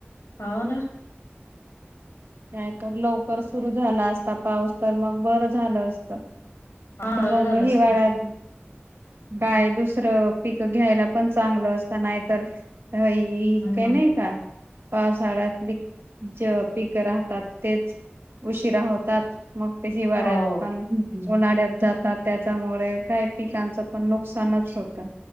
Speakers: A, on the left (about 85°); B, on the right (about 65°).
A: हो ना.
B: नाही तर लवकर सुरू झाला असता पाऊस. तर मग बरं झालं असत.
A: हा
B: तर मग
A: बरं झालं
B: हिवाळ्यात.
A: असत ते.
B: काय दुसरं पिक घ्यायला पण चांगलं असत. नाहीतर. ह, ह
A: हम्म.
B: काही नाही का. पावसाळ्यातली ज पीक. राहतात. तेच उशिरा होतात मग ते. हिवाळ्यात
A: हो
B: पण उन्हाळ्यात जात त्याच्यामुळे काही पिकांचं पण नुकसानच होतं.